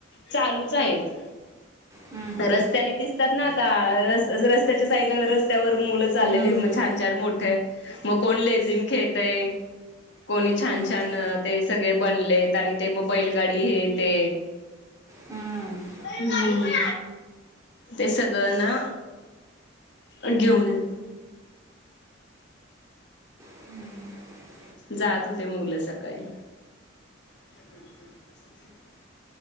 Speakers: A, on the left; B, on the right.
A: चालूच आहेत.
B: हम्म, हम्म.
A: रस्त्याने दिसतात ना आता. रस्त्याच्या साईड रस्त्यावरून मुलं चाललेली
B: हम्म,
A: मग छान, छान मोठे मग कोण लेझिम खेळेतय कोणी छान,
B: हम्म,
A: छान ते सगळे बनलेत आणि ते मग बैलगाडी हे ते
B: हम्म.
A: हम्म ते सगळ्यांना घेऊन य
B: <unintelligible>
A: जात होते मुलं सकाळी <unintelligible>